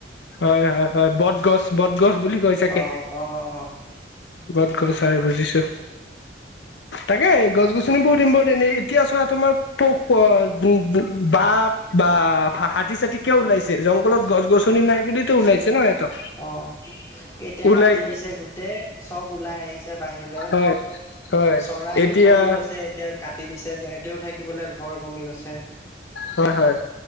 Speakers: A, on the left (about 75°); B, on the left (about 15°).
A: হয়, হয়, হয়, বটগছ বটগছ বুলি কয় চাগে।
B: অ অ অ
A: বটগছ আৰু বুজিছো। তাকে গছ গছনিবোৰ <unintelligible> এতিয়া চোৱা তোমাৰ পোক <unintelligible> বাঘ বা হাতী চাতী কিয় ওলাইছে জংঘলত গছ গছনি নাই ওলাইছে ন সিহঁতক
B: অ', এতিয়া
A: ওলাই
B: কাটি দিছে গোটেই চব ওলাই আহিছে। বাহিৰলৈ
A: হয় হয়
B: চৰাইও
A: এতিয়া
B: কমি গৈছে। এতিয়া কাটি দিছে সিহঁতেও থাকিবলৈ ঘৰ কমি গৈছে।
A: হয়, হয়।